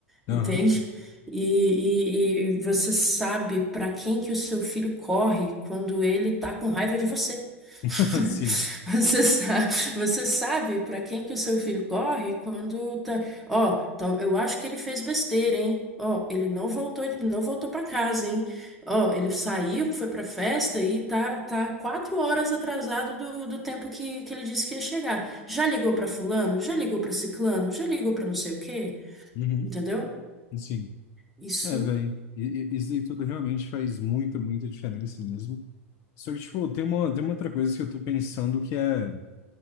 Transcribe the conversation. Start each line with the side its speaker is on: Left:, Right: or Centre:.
Centre: entende?
Left: Aham.
Centre: E, e- e você sabe para quem que o seu filho corre quando ele tá com raiva de você. <laughs>
Left: <laughs> Sim.
Centre: Você sabe, você sabe para quem que o seu filho corre quando tá, ó, tal- eu acho que ele fez besteira, hein? Ó, ele não voltou, de- não voltou para casa, hein? Ó, ele saiu, foi para festa e tá, tá quatro horas atrasado do, do tempo que, que ele disse que ia chegar. Já ligou para fulano? Já ligou para ciclano? Já ligou para não sei o quê?
Left: Uhum.
Centre: Entendeu?
Left: Sim.
Centre: Isso
Left: É, velho. Isso aí tudo realmente faz muita, muita diferença mesmo. Só que, tipo, tem uma, tem uma outra coisa que eu tô pensando que é,